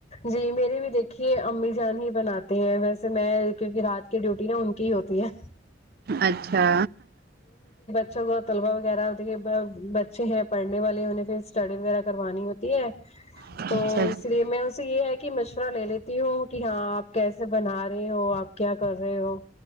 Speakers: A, on the left; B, on the right.
A: جی میرے بھی دیکھیے امی جان ہی بناتی ہیں ویسے میں کیونکہ رات کی ڈیوٹی نا ان کی ہی ہوتی ہے
B: اچھا
A: اچھے ہوا طلبا وغیرہ ہوتی ہے ب بچے ہیں پڑھنے والے انہیں پھر اسٹڈی وغیرہ کروانی ہوتی ہے
B: اچھا
A: تو
B: جی
A: اس پے میں اس سے یہ ہے کہ مشورہ لے لیتی ہوں کہ ہاں آپ کیسے بنا رہے ہو آپ کیا کر رہے ہو